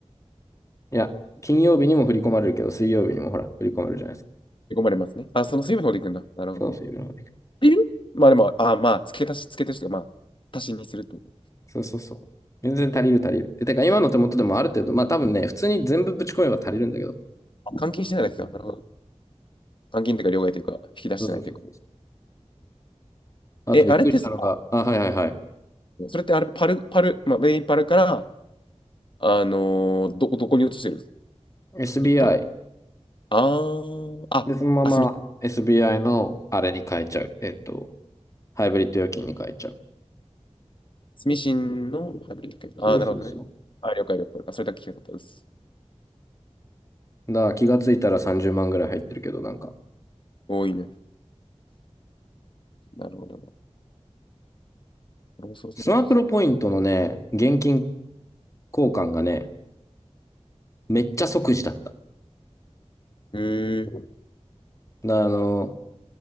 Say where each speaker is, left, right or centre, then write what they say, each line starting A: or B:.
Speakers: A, on the left; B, on the left.
A: いや、金曜日にも振り込まれるけど、水曜日にもほら、振り込まれるじゃないですか。
B: 追い込まれますね。あ、その水曜日の方で行くんだ。なるほどね。
A: そう、水曜日の方で
B: っていうまあでも、あ、まあ、付け足し、付け足しというか、まあ、足しにするってこと。
A: そうそうそう。全然足りる足りる。で、てか今の手元でもある程度、まあ多分ね、普通に全部ぶち込めば足りるんだけど。
B: あ監禁してないだけか。なるほど。監禁というか、両替というか、引き出してないというか。
A: そうそうそうそう。あとびっくりしたのが、
B: え、あれってさ、
A: あ、はいはいはい。
B: それってあれ、パル、パル、まあ、ウェイパルから、あのーど、どこに移してるんですか
A: SBI。
B: 一旦。あー、あ、
A: で、そのまま
B: あ、すみ、
A: SBI のあれに変えちゃう。えっと、ハイブリッド預金に変えちゃう。
B: すしんのハイブリッド系。
A: そうそうそ
B: あー、なるほどね。あ、了解了解。あ、それだけ聞いたかったです。
A: う。だから気がついたら30万ぐらい入ってるけど、なんか、
B: 多いね。なるほどな。俺もそろそろ移す
A: スマプロポイントのね、現金交換がね、めっちゃ即時だった。だか
B: へえ
A: らあの、